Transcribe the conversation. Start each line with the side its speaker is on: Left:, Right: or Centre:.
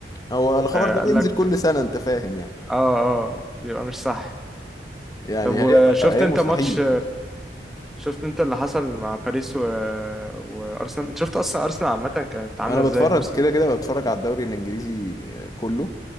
Left: هو الخبر
Centre: آه
Left: ده
Centre: قال
Left: بينزل
Centre: لك
Left: كل سنه انت فاهم يعني
Centre: اه اه بيبقى مش صح
Left: يعني
Centre: طب وشفت
Left: هي هي
Centre: انت
Left: مستحيل
Centre: ماتش شفت انت اللي حصل مع باريس و... وارسنال انت شفت اصلا ارسنال عامه كانت عامله
Left: انا بتفرج
Centre: ازاي الموسم
Left: كده
Centre: ده
Left: كده بتفرج على الدوري الانجليزي كله